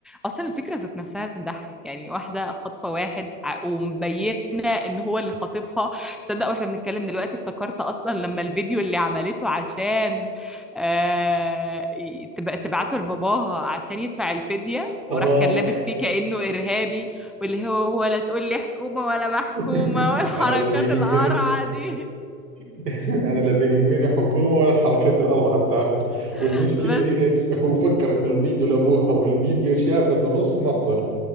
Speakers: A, in the centre; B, on the right (about 80°).
A: اصلا الفكرة ذات نفسها تضحك يعني واحدة خاطفة واحد ع- ومبينة ان هو اللي خاطفها تصدق واحنا بنتكلم دلوقتي افتكرت اصلا لما الفيديو اللي عملته عشان آه ي- تب- تبعته لباباها عشان يدفع الفدية وراح
B: اه
A: كان لابس فيه كأنه إرهابي واللي هو ولا تقول لي حكومة ولا محكومة
B: <laughs>
A: والحركات
B: انا لا بيهمني
A: القرعة دي
B: <laughs> انا لا بيهمني حكومه ولا الحركات الاربعه بتاعتكم والمشكله
A: <laughs> بس
B: ايش <laughs> هو فكر انه الفيديو لابوها والفيديو شافته نص مصر